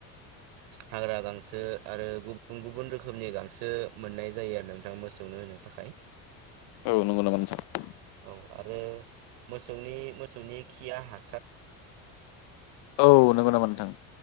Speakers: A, on the right; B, on the left.
A: हाग्रा गांसो आरो गुबुन गुबुन रोखोमनि गांसो मोननाय जायो आरो नोंथाङा मोसौनो होनो थाखाय।
B: औ नंगौ नामा नोंथां
A: औ आरो मोसौनि मोसौनि खिया हा
B: औ नंगौ नामा नोंथां